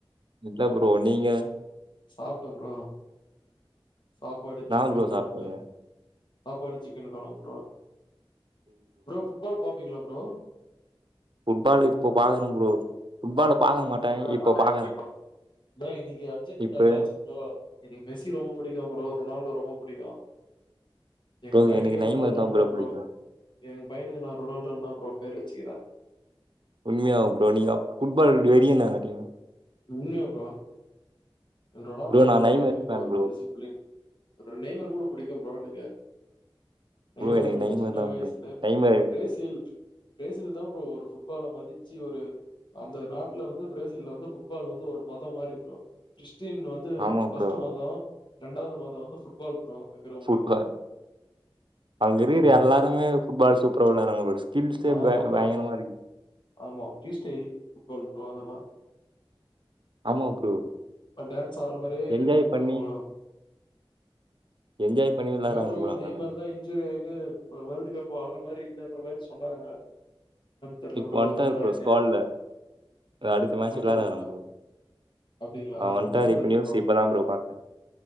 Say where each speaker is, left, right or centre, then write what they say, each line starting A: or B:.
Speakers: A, on the right (about 60°); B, on the left (about 55°).
A: இல்ல ப்ரோ நீங்க
B: சாப்ட்டன் ப்ரோ சாப்பாடு
A: என்னா
B: சிக்கன்
A: ப்ரோ
B: கொழம்பு
A: சாப்ட்டீங்க
B: சாப்பாடு சிக்கன் கொழம்பு ப்ரோ ப்ரோ ஃபுட்பால் பா பீங்களா ப்ரோ
A: ஃபுட்பால் இப்போ பாக்கற ப்ரோ ஃபுட்பால பாக்க மாட்டே
B: க்காவமாட்டேன்
A: பாக்குறே
B: இப்ப பே இன்னைக்கு அர்ஜென்ட்டுதா
A: இப்ப
B: வேலச்சி ப்ரோ எனக்கு மெஸ்ஸி ரொம்ப புடிக்கும் ப்ரோ ரொனால்டோ ரொம்ப புடிக்கும் எங்க
A: ப்ரோ
B: பையனுக்கே
A: எனக்கு நைமர்
B: ரொனால்டோனு தா ப்ரோ
A: புடிக்கு
B: எங்க பையனுக்கு நா ரொனால்டோ தான் ப்ரோ பேர் வச்சுக்கிறேன்
A: உண்மையாவும் ப்ரோ நீங்க ஃபுட்பால் வெறியனா கட்டியும்
B: உண்மையா ப்ரோ ரொனால்டோ
A: ப்ரோ நா
B: ரொம்ப
A: நைமர்
B: புடிக்கும் ப்ரோ
A: ஃபேன்
B: டிசிபிளின் நெய்மர் கூட புடிக்கும் ப்ரோ நீங்க
A: ப்ரோ
B: நெய்மர்
A: எனக்கு
B: ஓ
A: நைமர்
B: சின்ன
A: தா
B: வயிசுல
A: புடிக்கு நைமர்
B: பிரேசில் பிரேசில் தான் ப்ரோ ஒரு ஃபுட் ஃபுட்பால மதிச்சு ஒரு அந்த நாட்ல வந்து பிரேசில்ல வந்து ஃபுட்பால் வந்து ஒரு மதம் மாரி ப்ரோ கிருஷ் கிறிஸ்டின் வந்து
A: ஆமா
B: பஸ்டு
A: ப்ரோ
B: மதோ ரெண்டாவுது மதம் வந்து ஃபுட்பால் ப்ரோ இருக்கிறவங்களுக்கு.
A: ஃபுட்பால் அங்க இருக்கிற
B: ஆமா.
A: எல்லாருமே ஃபுட்பால் சூப்பரா விளாடறாங்க பாரு ஸ்கில்சே
B: ஆமா
A: பே
B: ப்ரோ.
A: பயங்கரமா இருக்கு
B: ஆமா ஃப்ரீ ஸ்டைல் ஃபுட்பால் ப்ரோ அதல்லா
A: ஆமா ப்ரோ
B: பட் டான் ஸ் ஆடுற மாரியே
A: என்ஜாய்
B: இருக்கும் ப்ரோ
A: பண்ணி
B: அவுங்களும்
A: என்ஜாய் பண்ணி விளாட்றாங்க
B: எங்க ப்ரோ
A: அங்கன
B: நெய்மர் தா இஞ்சுரி ஆய் டு வேல்டுகப்பு ஆடுற மாரி இல்லன்ற மாரி சொன்னாங்க தெரில
A: இப்ப
B: ப்ரோ
A: வன்ட்டாரு
B: வராறா
A: ப்ரோ
B: இல்லயான்னு
A: ஸ்குவாட்ல அடுத்த மேட்ச்
B: வந்தாருங்ளா
A: விளாடுறாரா ப்ரோ
B: அப்டிங்ளா
A: அவ வன்ட்டாரு
B: நல்லது
A: இப்ப நியூஸ்
B: ப்ரோ
A: இப்பதா பாத்தே